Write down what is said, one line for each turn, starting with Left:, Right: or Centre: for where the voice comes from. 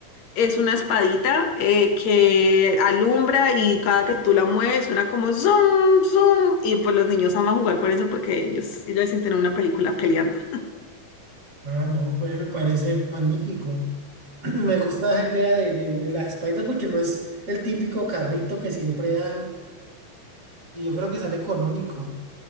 Left: Es una espadita eh, que alumbra y cada que tú la mueves suena como zoom, zoom. Y pues los niños aman jugar con eso porque ellos, ellos se sienten en una película peleando.
Right: Ah, no, pues me parece magnífico. <clears throat> Me gusta esa idea de, de, de la Spider porque no es el típico carrito que siempre dan y yo creo que sale económico.